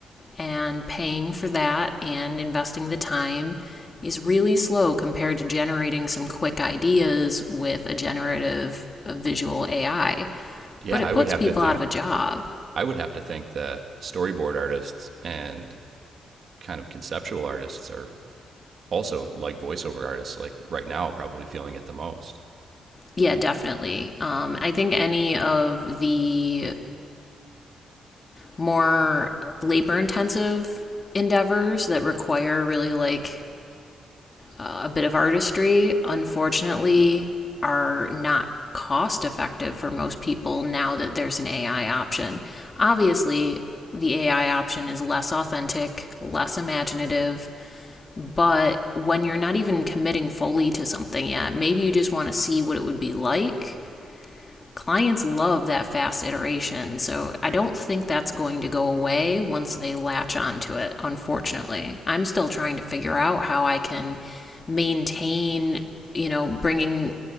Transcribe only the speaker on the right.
Yeah,
I would
have
to think
I would have to think that storyboard artists and kind of conceptual artists are also like voiceover artists like right now probably feeling it the most.